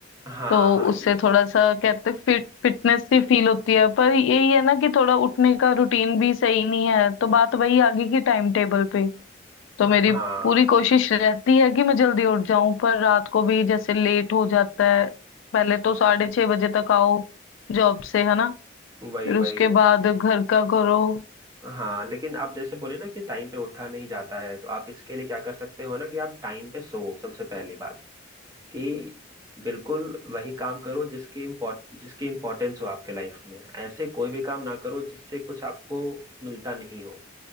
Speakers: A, on the right (about 15°); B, on the left (about 75°).
A: हाँ
B: तो
A: हाँ
B: उससे
A: ये
B: थोड़ा सा कहते फिट फिटनेस सी फील होती है पर यही है ना कि थोड़ा उठने का रूटीन भी सही नहीं है तो बात वही आ गई कि टाइम टेबल पे तो
A: हाँ
B: मेरी पूरी कोशिश रहती है कि मैं जल्दी उठ जाऊं पर रात को भी जैसे लेट हो जाता है पहले तो साढ़े छह बजे तक आओ जॉब से है ना
A: वही
B: फिर उसके
A: वही
B: बाद घर का करो
A: हाँ लेकिन आप जैसे बोले ना कि टाइम पे उठा नहीं जाता है तो आप इसके लिए क्या कर सकते हो ना कि आप टाइम पे सो सबसे पहली बात कि बिल्कुल वही काम करो जिसकी इम्पोर्ट जिसकी इम्पोर्टेंस हो आपके लाइफ में ऐसे कोई भी काम ना करो जिससे कुछ आपको मिलता नहीं हो